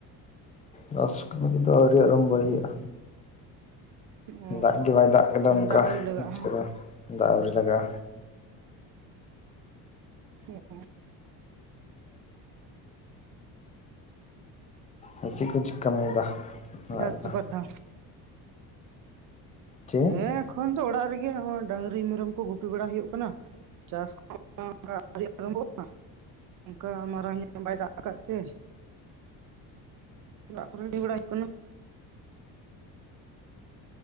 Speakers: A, on the left (about 20°); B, on the right (about 55°).
A: ᱪᱟᱥ ᱠᱟᱹᱢᱤ ᱠᱚᱫᱚ ᱟᱹᱣᱨᱤ ᱟᱨᱟᱢ ᱵᱚᱭ ᱦᱩᱭᱩᱜᱼᱟ
B: ᱚ
A: ᱫᱟᱜ ᱜᱮ ᱵᱟᱭ ᱫᱟᱜ ᱠᱟᱫᱟ ᱚᱱᱠᱟ
B: ᱫᱟᱜ ᱟᱹᱣᱨᱤ ᱞᱟᱜᱟᱜᱼᱟ
A: ᱵᱩᱡ ᱠᱮᱫᱟᱢ ᱫᱟᱜ ᱟᱹᱣᱨᱤ ᱞᱟᱜᱟᱜᱼᱟ
B: <unintelligible>
A: ᱟᱫᱚ ᱪᱮᱫ ᱠᱚᱢ ᱪᱤᱠᱟ ᱵᱟᱲᱟᱭ ᱫᱟ
B: ᱢᱤᱫ
A: ᱚᱲᱟᱜ
B: ᱫᱷᱟᱣ
A: ᱨᱮᱫᱚ
B: ᱥᱮ ᱵᱟᱨ ᱫᱷᱟᱣ
A: ᱪᱮ
B: ᱦᱮᱸ ᱮᱠᱷᱚᱱ ᱫᱚ ᱚᱲᱟᱜ ᱨᱮᱜᱮ ᱰᱟᱝᱨᱤ ᱢᱮᱨᱚᱢ ᱠᱚ ᱜᱩᱯᱤ ᱵᱟᱲᱟ ᱦᱩᱭᱩᱜ ᱠᱟᱱᱟ ᱪᱟᱥ ᱠᱚᱢᱟ ᱚᱱᱠᱟ ᱟᱹᱣᱨᱤ ᱟᱨᱟᱢ ᱵᱚᱜ-ᱟ ᱚᱱᱠᱟ ᱢᱟᱨᱟᱝ ᱧᱚᱜ ᱵᱟᱭ ᱫᱟᱜ ᱟᱠᱟᱫ ᱛᱮ ᱚᱲᱟᱜ ᱠᱚᱨᱮ <unintelligible> ᱵᱟᱲᱟ ᱦᱩᱭᱩᱜ ᱠᱟᱱᱟ